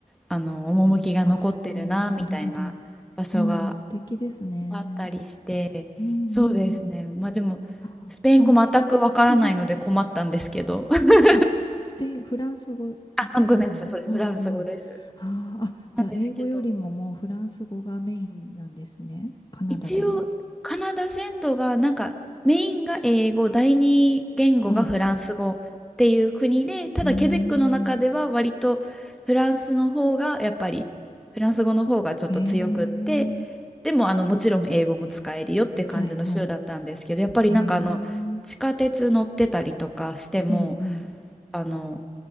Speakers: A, in the centre; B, on the left.
A: あの趣が残ってるなみたいな場所が
B: ああ、なるほど。まあ、素敵ですね。
A: あったりして、
B: うんうん。
A: そうですね。まあでも、
B: あー、
A: スペイン語全くわからないので困ったんですけど。
B: 寒そう。<laughs>
A: <laughs>
B: あ、スペイン、フランス語ですよね。
A: あ、ごめんなさい、それフランス語です。
B: うんうんうん。あーあ、じゃあ、
A: なんですけど、
B: 英語よりももうフランス語がメインなんですね。カナダでも。
A: 一応カナダ全土がなんかメインが英語第二言語がフランス語っていう国でただケベックの中では割とフランスの方がやっぱりフランス語の方がちょっと強くって
B: はい。うーん。ええ
A: でもあのもちろん英語も使えるよって感じの州だったんですけどやっぱりなんかあの地下鉄乗ってたりとかしても
B: はいはい。ええうんうん
A: あの